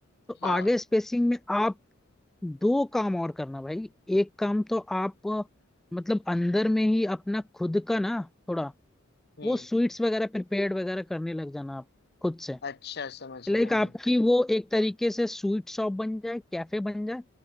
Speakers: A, in the centre; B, on the left (about 50°).
A: तो
B: हाँ
A: आगे स्पेसिंग में आप दो काम और करना भाई एक काम तो आप अ, मतलब अंदर में ही अपना खुद का ना थोड़ा
B: हम्म
A: वो स्वीट्स वगैरह प्रिपेयर्ड वगैरह करने लग जाना आप खुद से
B: अच्छा समझ
A: लाइक
B: गया मैं
A: आपकी वो एक तरीके से स्वीट शॉप बन जाए कैफे बन जाए